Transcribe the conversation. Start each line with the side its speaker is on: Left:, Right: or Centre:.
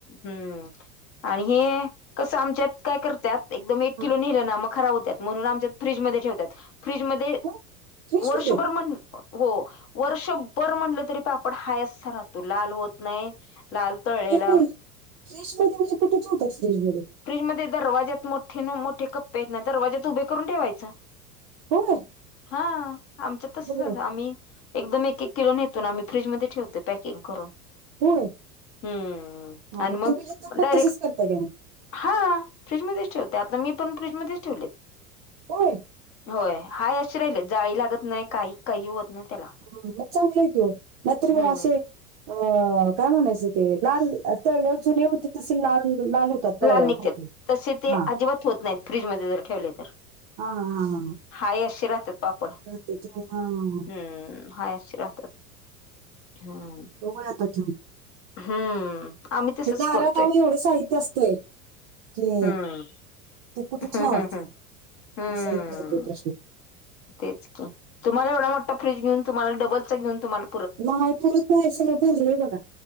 Left: हम्म आणि हे कसं आमच्यात काय करत्यात एकदम एक
Right: हा
Left: किलो नेलं ना मग खराब होत्यात, म्हणून आमच्यात फ्रीजमध्येे ठेवत्यात. फ्रीजमध्ये ते
Right: हो फ्रीज
Left: वर्षभर
Right: मध्ये
Left: म्हण हो वर्षभर म्हटलं तरी पापड आपण हाय असा राहतो. लाल होत नाही लाल तळलेला
Right: <unintelligible>
Left: फ्रीजमध्ये दरवाज्यात मोठे न मोठे कप्पे आहेत ना, दरवाज्यात उभे करून ठेवायचा.
Right: होय
Left: हा आमच्यात तसंच
Right: होय
Left: हाय, आम्ही एकदम एक एक किलो नेतो न आम्ही फ्रीजमध्ये ठेवतो पॅकिंग करून.
Right: होय,
Left: हम्म
Right: मग
Left: आणि
Right: तुम्ही घेतल्यावर
Left: डायरेक्ट
Right: पण तसंच करता का मग?
Left: हा फ्रीजमध्येच ठेवते, आता मी पण फ्रीजमध्येच ठेवलेत.
Right: होय
Left: होय हाय अशी राहिलेत, जाळी लागत नाही काही काही होत नाही त्याला.
Right: ह मग चांगलं आहे की ओ, नाहीतर
Left: हम्म
Right: मग असे अ काय म्हणायचं ते लाल, तळल्या जुने होते तसे लाल लाल होतात तळल्यावर
Left: लाल निघत्यात
Right: खोकले
Left: तसे ते
Right: हा
Left: अजिबात होत नाहीत, फ्रीजमध्ये जर ठेवले तर.
Right: हा हा हा हा
Left: हाय अशे राहत्यात पापड.
Right: <unintelligible>
Left: हं हाय अशे राहतात हम्म.
Right: उभही आता ठेवून.
Left: हम्म. आम्ही तसच
Right: दारात
Left: करतोय
Right: आओ एवढं साहित्य असतंय की
Left: हम्म
Right: ते कुठे
Left: हम्म
Right: ठेवायचं
Left: हम्म
Right: आणि
Left: हम्म
Right: असाही पडतोय प्रश्न.
Left: तेच की. तुम्हाला एवढा मोठा फ्रीज घेऊन तुम्हाला डबलचा घेऊन तुम्हाला
Right: नाही पुरत <unintelligible> बघा भरलेय बघा